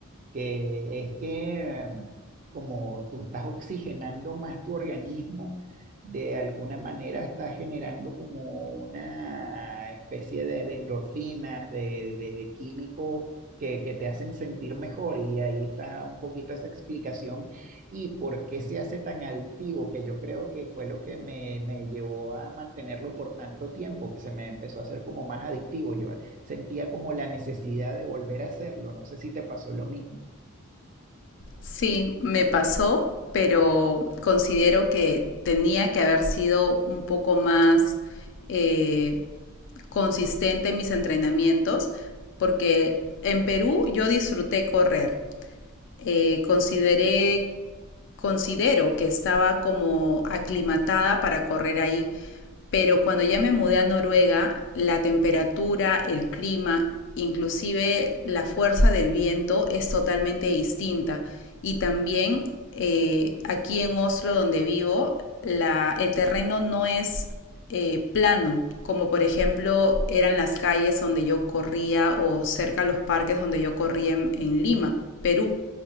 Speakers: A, on the right; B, on the left.
A: que es que mm, como tú estás oxigenando más tu organismo, de alguna manera estás generando como una especie de, de endorfinas, de, de, de químicos que, que te hacen sentir mejor y ahí está un poquito esa explicación y por qué se hace tan adictivo, que yo creo que fue lo que me, me llevó a mantenerlo por tanto tiempo, que se me empezó a hacer como más adictivo. Yo sentía como la necesidad de volver a hacerlo, no sé si te pasó lo mismo.
B: Sí, me pasó, pero considero que tenía que haber sido un poco más eh, consistente en mis entrenamientos, porque en Perú yo disfruté correr, eh, consideré, considero que estaba como aclimatada para correr ahí, pero cuando ya me mudé a Noruega, la temperatura, el clima, inclusive la fuerza del viento es totalmente distinta. Y también eh, aquí en Oslo, donde vivo, la, el terreno no es eh, plano, como por ejemplo eran las calles donde yo corría o cerca a los parques donde yo corría en, en Lima, Perú.